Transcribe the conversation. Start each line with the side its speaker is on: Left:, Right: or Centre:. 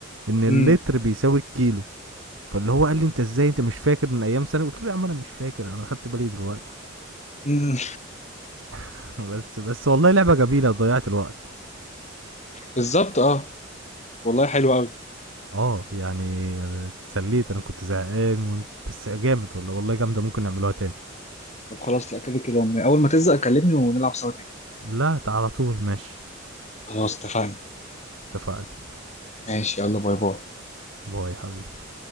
Right: ان اللتر
Left: امم
Right: بيساوي الكيلو فاللي هو قال لي انت ازاي انت مش فاكر من ايام سنة قلت له يا عم انا مش فاكر انا خدت بالي دلوقتي
Left: امم
Right: <laughs>
Left: <laughs>
Right: <applause> بس بس والله لعبة جميلة ضيعت الوقت
Left: بالظبط اه والله حلو قوي
Right: اه يعني اتسليت انا كنت زهقان وانت بس جامد والله والله جامدة ممكن نعملوها تاني
Left: طب خلاص لا كده كده اول ما تزهق كلمني ونلعب سوا تاني
Right: لا على طول ماشي
Left: خلاص اتفقنا
Right: اتفقنا
Left: ماشي يلا باي باي
Right: باي يا حبيبي